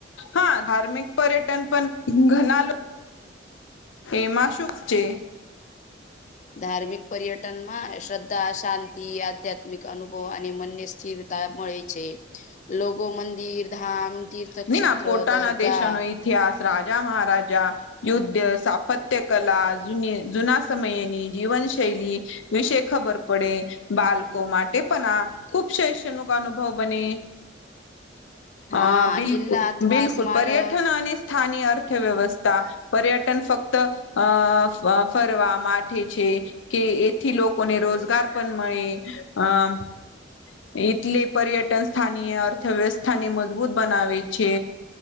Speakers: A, on the left (about 85°); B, on the left (about 40°).
A: હા ધાર્મિક પર્યટન પણ ઘનાલ એમાં શુંખ છે
B: ધાર્મિક પર્યટન માં શ્રદ્ધા શાંતિ આધ્યાત્મિક અનુભવ અને મનને સ્થિરતા મળે છે લોકો મંદિર ધામ તીર્થક્ષેત્ર
A: ના પોતાના
B: દરગાહ
A: દેશોનો ઇતિહાસ રાજા મહારાજા યુદ્ધ સાપત્ય કલા જ જુના સમયેની જીવન શૈલી વિશે ખબર પડે બાલકો માટે પણ આ ખૂબ શૈષ્યણુક અનુભવ બને
B: હા
A: અ બિલકુલ
B: કિલ્લા અથવા
A: બિલકુલ
B: સ્મારક
A: પર્યટન અને સ્થાની અર્થવ્યવસ્થા. પર્યટન ફક્ત અ ફરવા માઠ છે. કે એથી લોકોને રોજગાર પણ મળે અમ એટલે પર્યટન સ્થાની એ અર્થવ્યવસ્થા ને મજબૂત બનાવે છે.